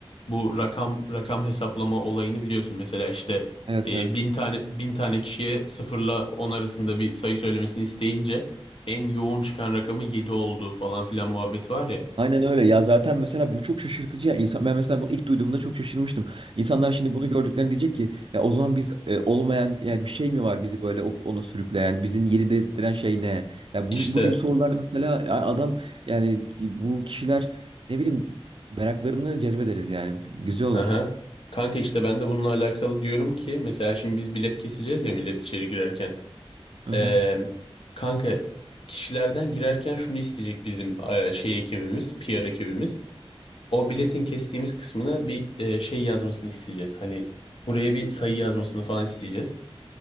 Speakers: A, on the left; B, on the right.
A: Bu rakam rakam hesaplama olayını biliyorsun. Mesela işte
B: Evet
A: e,
B: evet.
A: bin tane bin tane kişiye sıfırla on arasında bir sayı söylemesini isteyince en yoğun çıkan rakamı 7 olduğu falan filan muhabbeti var ya.
B: Aynen öyle ya zaten mesela bu çok şaşırtıcı ya insan ben mesela bunu ilk duyduğumda çok şaşırmıştım. İnsanlar şimdi bunu gördüklerinde diyecek ki ya o zaman biz e, olmayan ya bir şey mi var bizi böyle o- onu sürükleyen bizim yeri dedirten şey ne? Ya
A: İşte
B: bu, bu gibi sorular mesela ya adam yani bu kişiler ne bileyim meraklarını cezbederiz yani güzel
A: hı
B: olur.
A: hı. Kanka işte ben de bununla alakalı diyorum ki mesela şimdi biz bilet keseceğiz ya millet içeri girerken.
B: Hı hı.
A: Ee, kanka kişilerden girerken şunu isteyecek bizim e, şey ekibimiz, PR ekibimiz. O biletin kestiğimiz kısmına bir e, şey yazmasını isteyeceğiz. Hani buraya bir sayı yazmasını falan isteyeceğiz.